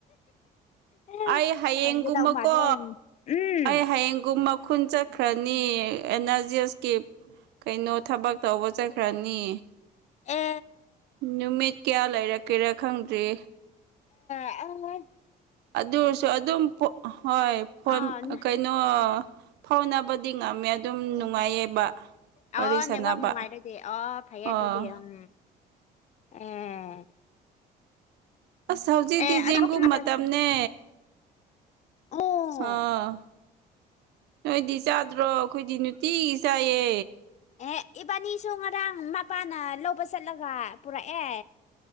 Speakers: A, on the left; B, on the right.
A: ꯑꯦ,
B: ꯑꯩ ꯍꯌꯦꯡꯒꯨꯝꯕꯀꯣ
A: ꯑꯣꯏꯒꯗꯧ ꯃꯥꯜꯂꯦ ꯎꯝ
B: ꯑꯩ ꯍꯌꯦꯡꯒꯨꯝꯕ ꯈꯨꯟ ꯆꯠꯈ꯭ꯔꯅꯤ ꯑꯦꯟ ꯑꯔꯖꯤ ꯑꯦꯁꯀꯤ ꯀꯩꯅꯣ ꯊꯕꯛ ꯇꯧꯕ ꯆꯠꯈ꯭ꯔꯅꯤ
A: ꯑꯦ
B: ꯅꯨꯃꯤꯠ ꯀ꯭ꯌꯥ ꯂꯩꯔꯛꯀꯦꯔꯥ ꯈꯪꯗ꯭ꯔꯤ
A: ꯑ
B: ꯑꯗꯨꯁꯨ ꯑꯗꯨꯝ ꯄꯣ ꯑ ꯍꯣꯏ ꯐꯣꯟ
A: ꯑꯥ ꯅ-
B: ꯀꯩ ꯅꯣ ꯐꯥꯎꯅꯕꯗꯤ ꯉꯝꯃꯦ ꯑꯗꯨꯝ ꯅꯨꯡꯉꯥꯏꯌꯦꯕ
A: ꯑꯣ
B: ꯋꯥꯔꯤ ꯁꯥꯟꯅꯕ
A: ꯅꯦꯠꯋꯥꯛ ꯅꯨꯡꯉꯥꯏꯔꯗꯤ ꯑꯣ ꯐꯩꯌꯦ
B: ꯑꯣ
A: ꯑꯗꯨꯗꯤ ꯎꯝ ꯑꯦ
B: ꯑꯁ ꯍꯧꯖꯤꯛꯇꯤ
A: ꯑꯦ
B: ꯖꯦꯡꯒꯨꯝ
A: ꯑꯗꯨꯗꯤ ꯑꯗ-
B: ꯃꯇꯝꯅꯦ
A: ꯑꯣ
B: ꯑꯥ ꯅꯣꯏꯗꯤ ꯆꯥꯗ꯭ꯔꯣ ꯑꯩꯈꯣꯏꯗꯤ ꯅꯨꯡꯇꯤꯒꯤ ꯆꯥꯏꯌꯦ
A: ꯑꯦ ꯏꯕꯥꯅꯤꯁꯨ ꯉꯔꯥꯡ ꯃꯄꯥꯅ ꯂꯧꯕ ꯆꯠꯂꯒ ꯄꯨꯔꯛꯑꯦ